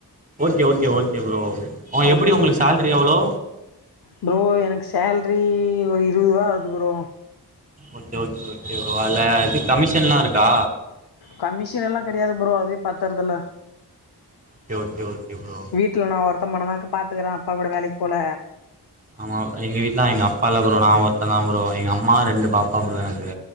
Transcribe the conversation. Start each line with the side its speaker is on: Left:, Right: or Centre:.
Right: ஓகே ஓகே ஓகே ப்ரோ உங்ளுக்கு
Left: அத
Right: எப்டி
Left: முடிச்சுட்டு
Right: உங்களுக்கு சேல்ரி எவ்வளோ
Left: ப்ரோ எனக்கு சேல்ரி ஒரு இருவது ரூபா வருது bro
Right: okay okay okay bro அதுல இது கமிஷன்ல்லா இருக்கா
Left: கமிஷன்ல்லா கெடையாது ப்ரோ அதே பத்தறதுல்ல
Right: ஓகே ஓகே ஓகே ப்ரோ
Left: வீட்ல நா ஒருத்த மட்டுந்தா பாத்துக்கறே அப்பா கூட வேலைக்கு போல
Right: ஆமா எங்க வீட்ல எங்க அப்பா இல்ல ப்ரோ நா ஒருத்தன் தா ப்ரோ எங்க அம்மா ரெண்டு பாப்பா ப்ரோ எனக்கு